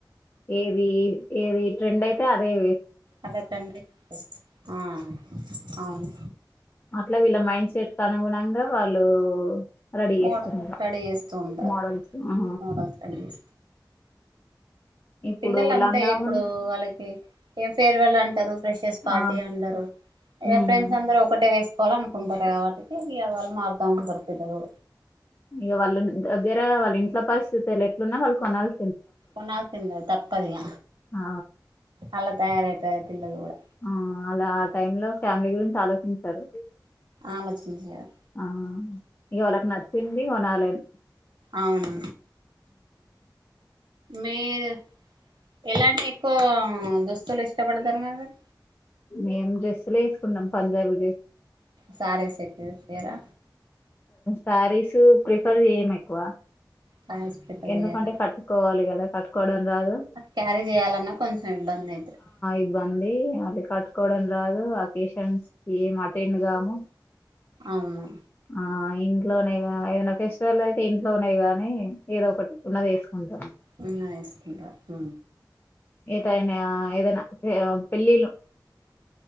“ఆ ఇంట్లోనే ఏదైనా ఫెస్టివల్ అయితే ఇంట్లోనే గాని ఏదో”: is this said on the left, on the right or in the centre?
Left